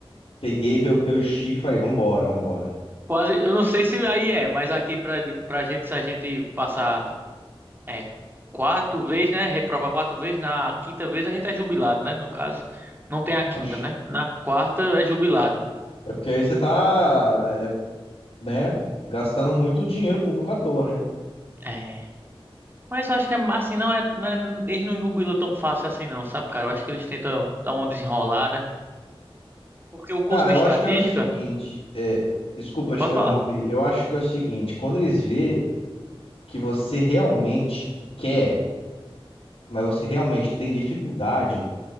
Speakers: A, on the left; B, on the right.
A: peguei pelo, pelo chifre e falei, vambora, vambora.
B: Quase. Eu não sei se aí é, mas aqui pra, pra gente, se a gente passar É, quatro vezes, né? Reprovar quatro vezes. Na quinta vez a gente é jubilado, né? No caso, não tem a quinta,
A: Oxi.
B: né? Na quarta é jubilado.
A: É porque aí você tá, é, né, gastando muito dinheiro público à toa, né?
B: É. Mas eu acho que é assim, não é, não é- Eles não jubilam tão fácil assim, não, sabe, cara? Eu acho que eles tentam dar uma desenrolada. Porque o
A: Cara,
B: curso de
A: eu
B: estatística,
A: acho que é o seguinte, é, desculpa te
B: pode
A: interromper,
B: falar.
A: eu acho que é o seguinte, quando eles vê que você realmente quer, mas você realmente tem dificuldade,